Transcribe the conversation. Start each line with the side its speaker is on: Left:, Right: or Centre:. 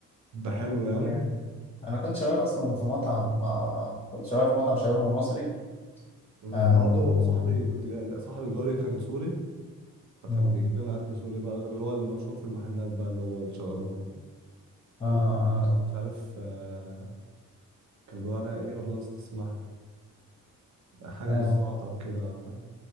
Right: بيبقى حلو يعني
Left: يعني انا كنت شغال اصلا في مطعم آه كنت شغال في مطعم شاورما مصري
Right: أمم،
Left: آه
Right: انا برضه صاحبي كنت جا... جا- صاحبي جاري كان سوري فكان
Left: مم،
Right: بيجيب لنا اكل سوري بقى غير اللي هو المشهور في المحلات بقى اللي هو الشاورما
Left: اه
Right: اللي هو،
Left: اه
Right: آه، مش عارف آه، كان بيقول عليها ايه والله نسيت اسمها حاجة
Left: اه,
Right: بالزعتر
Left: آه,
Right: كده